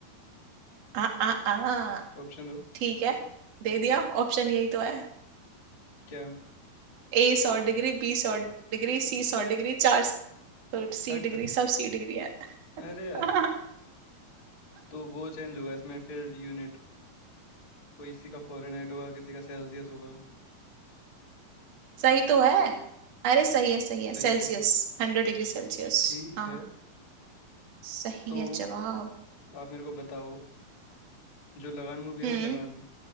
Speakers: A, on the right; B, on the left.
A: आ आ आ
B: ऑप्शन दो
A: ठीक है दे दिया ऑप्शन यही तो है
B: क्या
A: ए सौ डिग्री बी सौ डिग्री सी सौ डिग्री चार सौ सी
B: हट
A: डिग्री सब सी डिग्री है
B: अरे यार
A: <laughs>
B: तो वो चेंज होगा इसमें फिर यूनिट कोई किसी का फॉरेनहाइट होगा किसी का सेल्सियस होगा
A: सही तो है अरे सही है सही है
B: सही
A: सेल्सियस
B: है क्या
A: हंड्रेड degree Celsius
B: ठीक
A: हाँ
B: है
A: सही
B: तो
A: है जवाब
B: आप मेरे को बताओ जो लगान मूवी है
A: हम्म
B: ना लगान